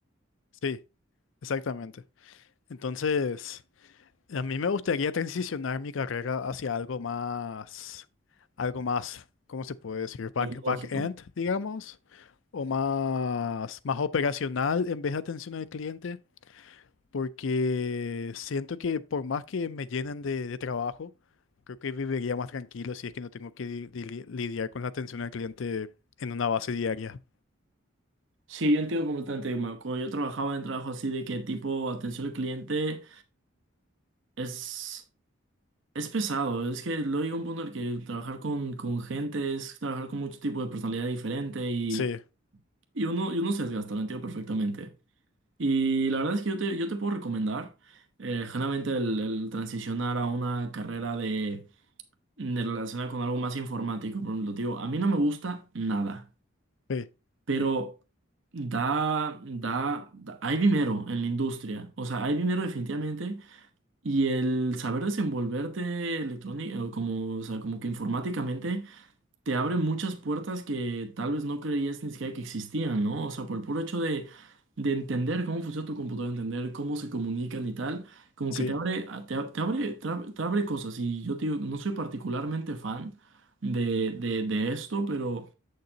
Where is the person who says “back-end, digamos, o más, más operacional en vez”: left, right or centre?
Left